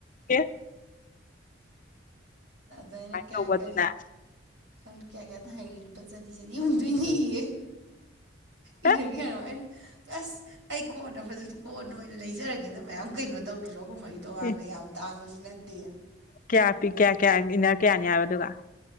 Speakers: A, on the left; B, on the right.
A: ꯌꯦꯁ
B: ꯗꯅꯤ ꯀꯌꯥ
A: ꯇꯧꯕ ꯑꯗꯨꯅ
B: ꯀꯦ ꯈꯟ ꯀꯌꯥ ꯀꯌꯥꯗ ꯍꯥꯏ ꯄ ꯆꯅꯤ ꯆꯅꯤ ꯍꯗꯣꯏꯅꯤꯌꯦ ꯏꯟꯅ
A: ꯑꯦ
B: ꯀꯌꯥꯅꯩꯅ ꯑꯁ ꯑꯩ ꯀꯣꯟꯅ ꯐ ꯀꯣꯟꯅ ꯑꯣꯏꯅ ꯂꯩꯖꯔꯒꯦꯗ ꯃꯌꯥꯝ ꯀꯩꯅꯣ ꯇꯧꯗ꯭ꯔꯁꯨ ꯑꯍꯨꯝ ꯃꯔꯤ ꯇꯧꯀꯥꯟꯗ
A: ꯑꯦ
B: ꯌꯥꯝ ꯇꯥꯡꯕꯁꯨ ꯅꯠꯇꯦ
A: ꯀꯌꯥ ꯄꯤ ꯀꯌꯥ ꯀꯌꯥ ꯏꯟꯅꯔ ꯀꯌꯥꯅꯤ ꯍꯥꯏꯕ ꯑꯗꯨꯒ